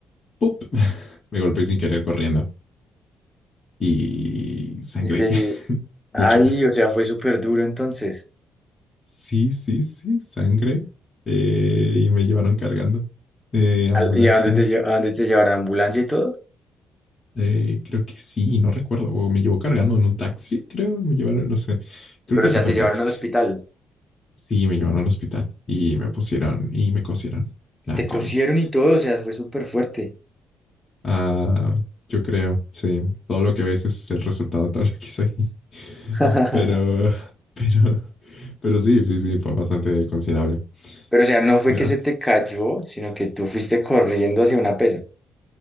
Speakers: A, on the left; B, in the centre.
A: ¡pup! <laughs> Me golpeé sin querer corriendo y sangre.
B: Este,
A: <laughs> Mucho.
B: ay, o sea, fue súper duro entonces.
A: Sí, sí, sí, sangre. Eh, y me llevaron cargando. Eh, ambulancia.
B: Al- ¿Y a dónde te, lle- a dónde te llevaron? ¿A ambulancia y todo?
A: eh, creo que sí, no recuerdo. O me llevó cargando en un taxi, creo. Me llevaron, no sé. Creo
B: Pero,
A: que
B: o
A: sí
B: sea,
A: fue
B: te
A: en
B: llevaron
A: taxi.
B: al hospital.
A: Sí, me llevaron al hospital y me pusieron y me cosieron la
B: Te cosieron
A: cabeza.
B: y todo, o sea, fue súper fuerte.
A: Ah, yo creo, sí. Todo lo que ves es el resultado de todo lo que soy. <laughs>
B: <laughs>
A: Pero, pero, pero sí, sí, sí, fue bastante considerable.
B: Pero, o sea, no fue
A: Las-
B: que se te cayó, sino que tú fuiste corriendo hacia una pesa.